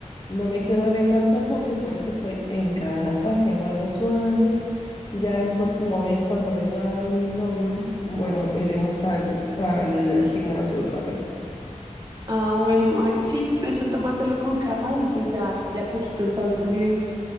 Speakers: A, on the left; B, on the right.
A: no me quiero arriesgar tampoco y por eso estoy en casa haciendo algo suave. Ya el próximo mes, cuando venga mi novio, bueno, iremos al, al gimnasio otra vez.
B: Ah, bueno, ay, sí, eso tómatelo con calma y pues ya de a poquitos vas volviendo.